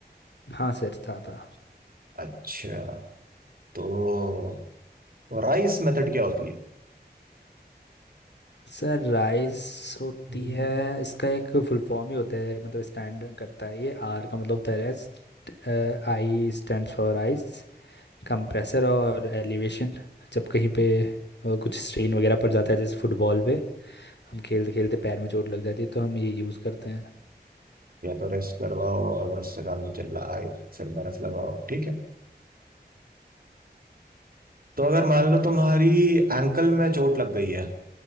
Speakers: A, on the left (about 85°); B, on the right (about 60°).
A: हाँ सर था था
B: अच्छा तो, तो राइस मेथड क्या होती है
A: सर राइस होती
B: हम्म,
A: है इसका एक फुल फॉर्म ही होता है मतलब स्टैंड करता है ये आर का मतलब होता है rest I stand for ice compressor और एलिवेशन जब कहीं पे अ, कुछ स्ट्रेन वगैरह पड़ जाता है जैसे फुटबॉल पे हम खेलते खेलते पैर में चोट लग जाती है तो हम ये यूज़ करते हैं
B: या तो रेस्ट करवाओ अगर उससे काम नहीं चल रहा है सिर बर्फ लगाओ ठीक है तो अगर मान लो तुम्हारी एंकल में चोट लग गई है